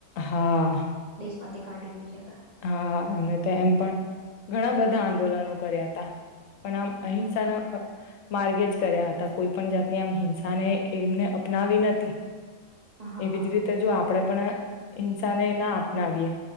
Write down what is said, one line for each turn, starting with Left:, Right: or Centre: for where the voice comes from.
Left: હા
Right: પતતે કાી મુખ્યા હતા
Left: હા એમને તો એમ પણ ઘણા બધા આંદોલનો કર્યા હતા પણ આમ અહિંસાના માર્ગે જ કર્યા હતા કોઈ પણ જાતની આમ હિંસાને એમને અપનાવી નથી
Right: હતા હા
Left: એવી જ રીતે જો આપ આપે પણ હિંસાને ના અનાવીએ